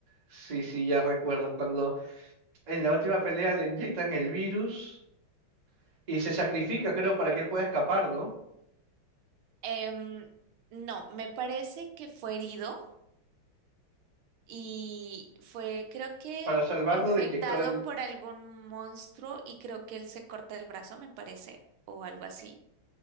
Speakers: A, on the right; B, on the right.
A: sí, sí, ya recuerdo. Cuando en la última pelea le inyectan el virus y se sacrifica, creo, para que él pueda escapar, ¿no?
B: Em, no, me parece que fue herido y fue, creo que
A: Para salvarlo
B: infectado
A: le inyectó el...
B: por algún monstruo y creo que él se corta el brazo, me parece, o algo así.